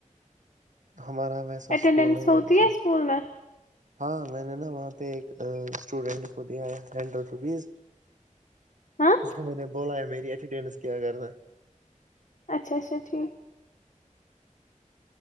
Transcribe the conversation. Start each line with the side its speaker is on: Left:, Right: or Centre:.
Right: ہمارا ویسا
Left: اٹینڈنس
Right: اسکول نہیں
Left: ہوتی
Right: ہے جیسا
Left: اسکول میں
Right: ہاں میں نے نا وہاں پہ ایک اسٹوڈینٹ کو دیا ہے ہنڈریڈ روپیز
Left: ہاں
Right: اس کو میں نے بولا ہے میری اٹرڈینس کیا کرنا
Left: اچھا اچھا ٹھیک